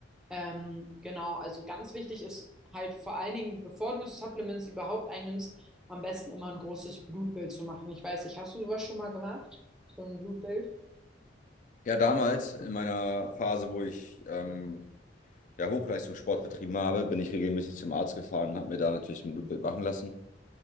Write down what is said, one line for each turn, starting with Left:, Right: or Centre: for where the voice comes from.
Centre: Ähm, genau, also ganz wichtig ist halt vor allen Dingen, bevor du Supplements überhaupt einnimmst, am besten immer ein großes Blutbild zu machen. Ich weiß nicht, hast du sowas schon mal gemacht? So ein Blutbild?
Left: Ja, damals in meiner Phase, wo ich ähm, ja, Hochleistungssport betrieben habe, bin ich regelmäßig zum Arzt gefahren und habe mir da natürlich ein Blutbild machen lassen.